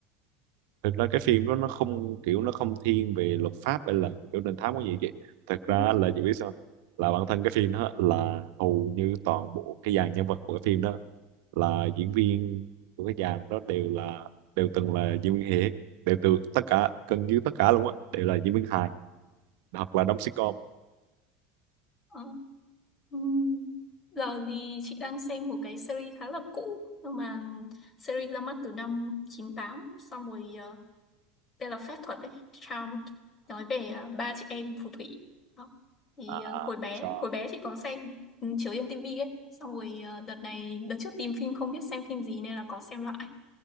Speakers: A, on the right; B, on the left.
A: thực ra cái phim đó nó không kiểu nó không thiên về luật pháp hay là kiểu đình thám có gì vậy thực
B: Ừ.
A: ra là chị biết sao là bản thân cái phim đó là hầu như toàn bộ cái dàn nhân vật của cái phim đó là diễn viên của cái dàn đó đều là đều từng là diễn viên hề đều từ tất cả gần như tất cả luôn á đều là diễn viên hài hoặc là đóng sitcom
B: ừ. Ừm, Giờ thì chị đang xem một cái series khá là cũ nhưng mà series ra mắt từ năm 98 xong rồi ờ, tên là phép thuật ấy, Charmed nói về ờ, ba chị em phù thủy đó. Thì
A: à,
B: ờ, hồi bé
A: sao?
B: hồi bé chị có xem ừ, chiếu trên tivi ấy xong rồi ờ, đợt này đợt trước tìm phim không biết xem phim gì nên là có xem lại